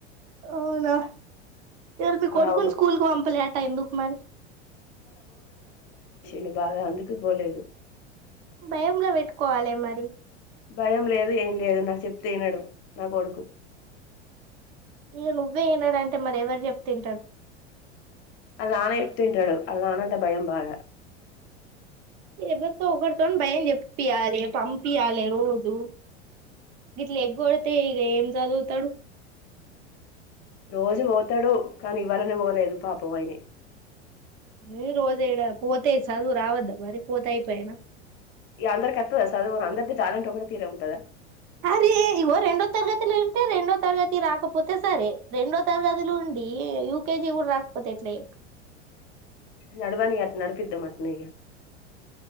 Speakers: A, on the right; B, on the left.
A: అవునా ఈయాల్ మీ కొడుకున్
B: అవును
A: స్కూల్ కు పంపలేటా ఎందుకు మరి?
B: ను బాగా అందుకు పోలేదు.
A: భయంగా పెట్టుకోవాలె మరి
B: భయం లేదు ఏం లేదు నాకు చెప్తే ఇనడు నా కొడుకు
A: ఇక నువ్వే విన్నాడంటే మరి ఎవరు చెప్తే ఇంటర్.
B: ఆల్ నాన అయితే తింటాడు ఆల్నానంటే భయం బాగా
A: ఎవరితో ఒకరితోని భయం చెప్పియాలి పంపియాలి రోజు గిట్ల ఎగ్గడితే ఇగ ఏం చదువుతడు.
B: రోజు పోతాడు కానీ ఇవాళనే పోలేదు పాపమయినే
A: ఏ రోజ ఏడా పోతే చదువు రావద్దా మరి పోతె ఐపేనా?
B: ఇక అందరి కత్తుద సదువు అందరిది ట్యాలెంట్ ఒకటే తీరే ఉంటదా?
A: అరే ఇగో రెండో తరగతులు ఉంటే రెండో తరగతి రాకపోతే సరే రెండో తరగతిలు ఉండ్ ఈ యూకజీ కూడా రాకపోతే ఎట్ల చెప్
B: నడవని అట్ నడపిద్దం అట్నే ఇగ